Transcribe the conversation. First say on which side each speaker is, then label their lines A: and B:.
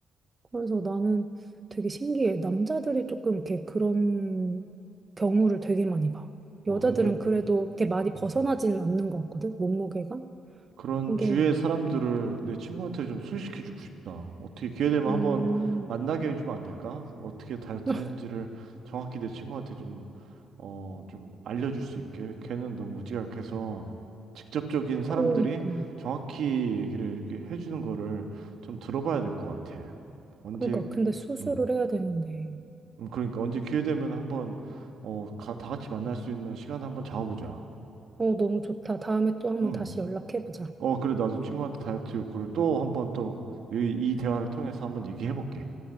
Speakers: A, on the right; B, on the right.
A: 그래서 나는 되게 신기해. 남자들이 조금 이렇게 그런 경우를 되게 많이 봐.
B: 어,
A: 여자들은
B: 근데
A: 그래도 이렇게 많이 벗어나지는
B: 음.
A: 않는 것 같거든, 몸무게가.
B: 그런
A: 근데
B: 주위의 사람들을 내 친구한테 좀 소개시켜주고 싶다. 어떻게 기회 되면
A: 음
B: 한번 만나게 해주면 안 될까? 어떻게 다이어트를
A: <laughs>
B: 했는지를 정확히 내 친구한테 좀, 어, 좀 알려줄 수 있게. 걔는 너무 우지각해서 직접적인 사람들이
A: 그러니까
B: 정확히 얘기를 이렇게 해주는 거를 좀 들어봐야 될 것 같아. 언제,
A: 그러니까 근데 수술을
B: 음,
A: 해야 되는데.
B: 음, 그러니까 언제 기회 되면 한번, 어, 가- 다 같이 만날 수 있는 시간 한번 잡아보자.
A: 어 너무 좋다. 다음에 또 한번
B: 음.
A: 다시 연락해 보자.
B: 어, 그래, 나도 친구한테 다이어트 욕구를 또 한번 또, 이, 이 대화를 통해서 한번 얘기해 볼게.